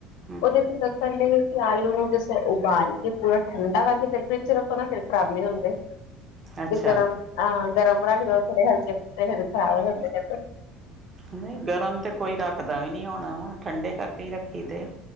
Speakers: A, on the right (about 25°); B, on the left (about 85°).
A: ਹੂੰ
B: ਔਦੇ ਤੇ ਦੱਸਣ ਡਏ ਕਿ ਆਲੂ ਨੂੰ ਜਿਸਲੇ ਉਬਾਲ ਕੇ, ਪੂਰਾ ਠੰਡਾ ਕਰਕੇ ਫਿਰ ਫ੍ਰਿਜ 'ਚ ਰੱਖੋ ਨਾ ਫਿਰ ਖਰਾਬ ਨੀ ਹੁੰਦੇ।
A: ਅੱਛਾ
B: ਤੇ ਗਰਮ, ਹਾਂ ਗਰਮ ਰੱਖ ਦੋ ਥੋੜੇ ਹਲਕੇ <unintelligible> ਖਰਾਬ ਹੋ ਜਾਣਗੇ ਤੁਆਡੇ।
A: ਨਈ ਗਰਮ ਤੇ ਕੋਈ ਰੱਖਦਾ ਵੀ ਨਈ ਹੋਣਾ ਵਾ, ਠੰਡੇ ਕਰਕੇ ਈ ਰੱਖੇ ਦੇ ਆ।